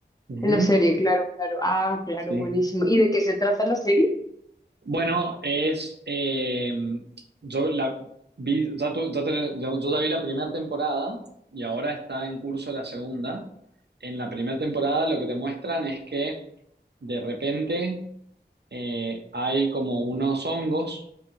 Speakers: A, on the right; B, on the left.
A: Ujú,
B: en la serie, claro, claro. Ah, claro,
A: Sí.
B: buenísimo. ¿Y de qué se trata la serie?
A: Bueno, es. eh, yo la vi, ya tu- ya te- yo yo ya vi la primera temporada y ahora está en curso la segunda. En la primera temporada lo que te muestran es que de repente eh, hay como unos hongos